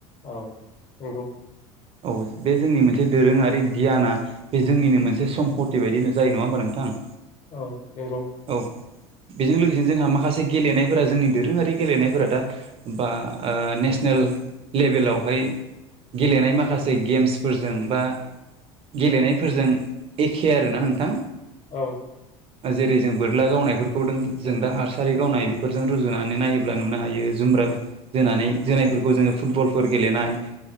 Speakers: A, on the left; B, on the right.
A: औ नंगौ
B: औ बे जोंनि मोनसे दोरोङारि गियाना बे जोंनिनो मोनसे सम्पति बायदिनो जायो नङा होमबा नोंथां।
A: औ नंगौ।
B: औ। बेजों लोगोसे जोंहा माखासे गेलेनायफोरा जोंनि दोरोङारि गेलेनायफोरा दा बा ओ नेसने ल लेभेलावहाय गेलेनाय माखासे गेम्सफोरजों बा गेलेनायफोरजों एखे आरो ना नोंथां।
A: औ।
B: ओ जेरै जोंफोर गुला गावनायफोरखौ दों जों दा आर्सारि गावनाय बेफोरजों रुजुनानै नायोब्ला नुनो हायो जुमब्रा जोना नै जोनायफोरखौ जोङो फुटबलफोर गेलेनाय